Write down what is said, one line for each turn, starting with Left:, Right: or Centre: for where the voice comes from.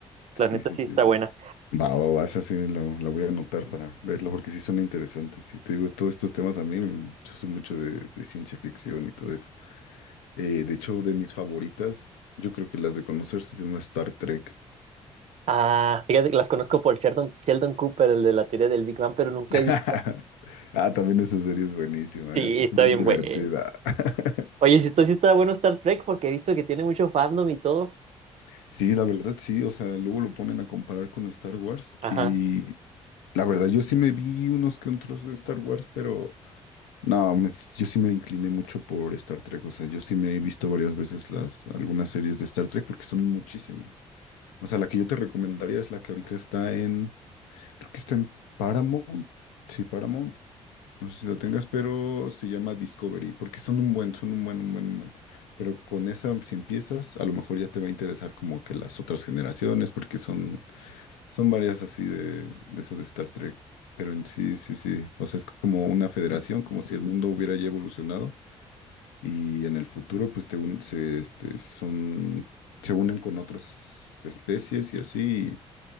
Right: la neta
Left: Sí, sí,
Right: sí
Left: sí.
Right: está buena.
Left: Va, va, va, esa sí la, la voy a anotar para verla porque sí son interesantes. Y te digo, todos estos temas a mí, mm, yo soy mucho de, de ciencia ficción y todo eso. Eh, de hecho, de mis favoritas, yo creo que las de conocer se llama Star Trek.
Right: Ah, fíjate que las conozco por Sheldon, Sheldon Cooper, el de la teoría del Big Bang, pero nunca
Left: <laughs>
Right: he visto.
Left: Ah, también esa serie es buenísima,
Right: Sí,
Left: es
Right: está
Left: muy
Right: bien
Left: divertida.
Right: bueno.
Left: <laughs>
Right: Oye, si esto sí está bueno Star Trek, porque he visto que tiene mucho fandom y todo.
Left: Sí, la verdad sí, o sea, luego lo ponen a comparar con Star Wars
Right: Ajá.
Left: y la verdad yo sí me vi unos que otros de Star Wars, pero no, me- yo sí me incliné mucho por Star Trek, o sea, yo sí me he visto varias veces las algunas series de Star Trek porque son muchísimas. O sea, la que yo te recomendaría es la que ahorita está en, creo que está en Paramount, sí, Paramount, no sé si lo tengas, pero se llama Discovery, porque son un buen, son un buen, un buen, un buen. Pero con esa, si empiezas, a lo mejor ya te va a interesar como que las otras generaciones, porque son, son varias así de, de eso de Star Trek. Pero en sí, sí, sí. O sea, es como una federación, como si el mundo hubiera ya evolucionado. Y en el futuro, pues te un- se, este, son, se unen con otras especies y así